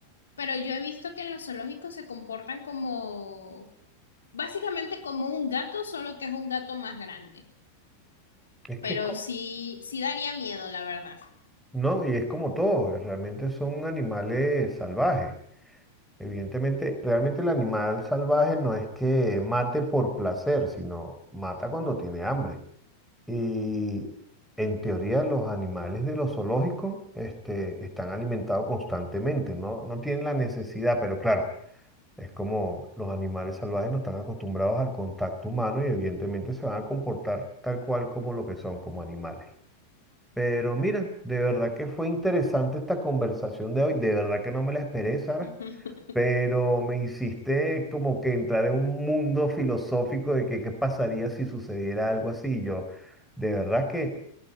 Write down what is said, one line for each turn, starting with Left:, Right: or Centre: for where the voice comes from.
Left: pero yo he visto que en los zoológicos se comportan como, básicamente como un gato, solo que es un gato más grande.
Centre: es que,
Left: Pero
Centre: es co-
Left: sí, sí daría miedo, la verdad.
Centre: no, y es como todo, realmente son animales salvajes. Evidentemente, realmente el animal salvaje no es que mate por placer, sino mata cuando tiene hambre. Y en teoría los animales de los zoológicos, este, están alimentados constantemente, ¿no? No tienen la necesidad, pero claro, es como los animales salvajes no están acostumbrados al contacto humano y evidentemente se van a comportar tal cual como lo que son, como animales. Pero mira, de verdad que fue interesante esta conversación de hoy. De verdad que no me la esperé, Sara.
Left: <laughs>
Centre: Pero me hiciste como que entrar en un mundo filosófico de que qué pasaría si sucediera algo así. Yo, de verdad que